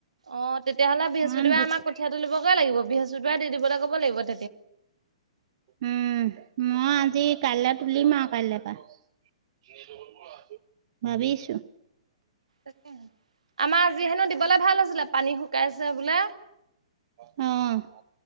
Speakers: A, on the right; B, on the right.
A: অঁ তেতিয়াহ'লে বৃহস্পতিবাৰে
B: ইমান বো
A: আমাৰ কঠিয়া তুলিবগৈ লাগিব। বৃহস্পতিবাৰে দি দিবলৈ কব লাগিব। <unintelligible>
B: উম! মই আজি কাইলৈ তুলিম আৰু কাইলৈ পৰা। <unintelligible> <unintelligible> ভাবিছোঁ।
A: <unintelligible> আমাৰ আজি হেনো দিবলে ভাল আছিলে পানী শুকাইছে বোলে।
B: অঁ! <unintelligible>